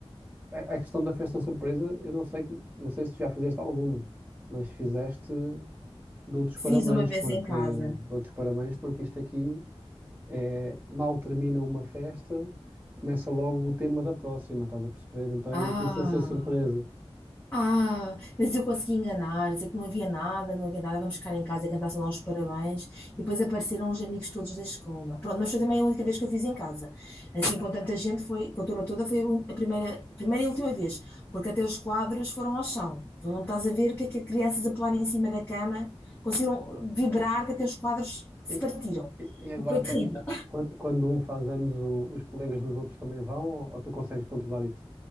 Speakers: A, on the right; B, on the left.
A: a a questão da festa surpresa, eu não sei, não sei se tu já fizeste alguma, mas fizeste, dou-te os
B: fiz
A: parabéns,
B: uma vez
A: porque
B: em casa.
A: dou-te os parabéns porque isto aqui É, mal termina uma festa, começa logo o tema da próxima, estás a perceber? Então é
B: Ah!
A: difícil ser surpresa.
B: Ah, mas eu consegui enganar, dizer que não havia nada, não havia nada, vamos ficar em casa e cantar só lá os parabéns. E depois apareceram os amigos todos da escola. Pronto, mas foi também a única vez que eu fiz em casa. Assim, com tanta gente, foi, com a turma toda, foi a primeira, a primeira e última vez, porque até os quadros foram ao chão. Tu não estás a ver o que é que as crianças a pular em cima da cama conseguiram vibrar que até os quadros se
A: E,
B: partiram.
A: e- e agora,
B: Foi terrível.
A: quando, quando, quando um faz anos, o- os colegas dos outros também vão, ou, ou tu consegues controlar isso?